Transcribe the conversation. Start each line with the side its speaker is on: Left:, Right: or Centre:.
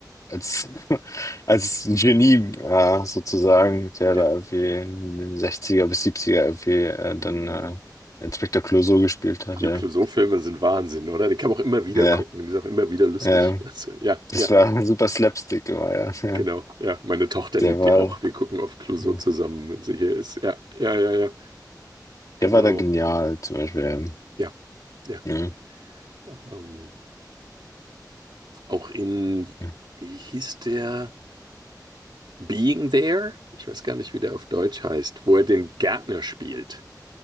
Left: als, <laughs> als Genie äh, sozusagen, der
Right: Ja.
Left: da irgendwie in den sechziger bis siebziger irgendwie äh,
Right: Die
Left: dann äh, Inspektor Clouseau gespielt hatte.
Right: Clouseau-Filme sind Wahnsinn, oder? Die kann man auch immer wieder
Left: Ja,
Right: gucken. Die sind auch immer wieder lustig.
Left: ja. ja.
Right: <laughs> Also, ja,
Left: Das
Right: ja,
Left: war super Slapstick immer, ja. ja.
Right: genau. Ja, meine Tochter
Left: Der
Right: liebt
Left: war,
Right: die auch. Wir gucken oft Clouseau
Left: <laughs>
Right: zusammen, wenn sie hier ist. Ja, ja, ja, ja, genau.
Left: der war da genial, zum Beispiel.
Right: Ja, ja.
Left: Ja.
Right: Ähm, auch in,
Left: Ja.
Right: wie hieß der? Being There? Ich weiß gar nicht, wie der auf Deutsch heißt, wo er den Gärtner spielt.